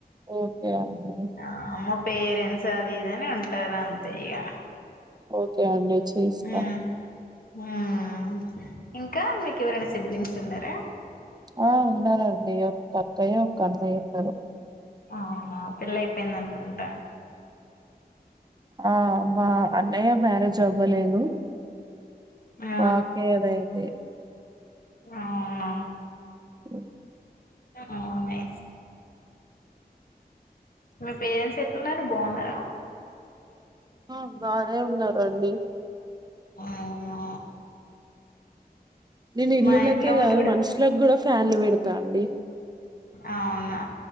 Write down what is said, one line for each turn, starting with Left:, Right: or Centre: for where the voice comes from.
Right: ఓకే అండి
Left: ఆ మా పేరెంట్స్ అది ఇదని ఉంటారు అంతే ఇగ
Right: ఓకే అండి చేస్తా.
Left: హ్మ్ హ్మ్ ఇంకా మీకు ఎవరైనా సిబ్లింగ్స్ ఉన్నారా
Right: ఆ ఉన్నారండి ఒక అక్కయ్య ఒక అన్నయ్య ఉన్నారు
Left: అవునా పెళ్లయిపోయింది అనుకుంటా
Right: ఆ మా అన్నయ్య బా నే చవ్వలేదు
Left: ఆ
Right: వాకే ఏదైది
Left: అవునా
Right: హ్మ్.
Left: అవునే మీ పేరెంట్స్ ఎట్లున్నరు బాన్నారా
Right: ఆ బానే ఉన్నారండీ
Left: అవునా
Right: నేను ఇల్లులకే
Left: మా ఇంట్లో వాళ్ళు
Right: గాదు
Left: కూడా
Right: మనుషులగ్గూడా ఫ్యాన్లు బెడతా అండి
Left: అవునా